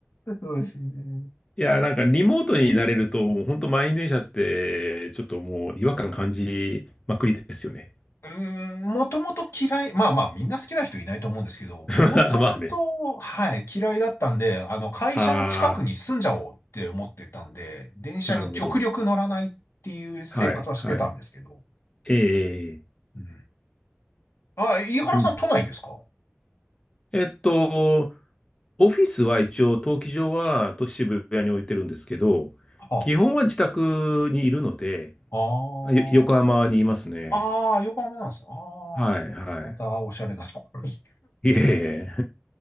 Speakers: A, on the left (about 70°); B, on the left (about 20°).
A: そうですね。
B: いや、なんかリモートになれると、もう本当満員電車って、ちょっともう違和感感じまくりですよね。
A: うーん、もともと嫌い、まあまあみんな好きな人いないと思うんですけど、もともと、
B: <laughs> まあね。
A: はい、嫌いだったんで、あの会社の近くに住んじゃおうって思ってたんで、
B: あ
A: 電車に極力乗らないっていう生活はしてたんですけど。
B: あ、なるほど。はい、はい。ええ、
A: うん。あ、飯原さん都内ですかは
B: うん。えっと、オフィスは一応、登記上はと渋谷に置いてるんですけど、
A: あ、
B: 基本は自宅にいるので、
A: あー
B: よ横浜にいますね。
A: あー、横浜なんですね。ああ、
B: はい、は
A: またおしゃれなところに。
B: い。いえいえ、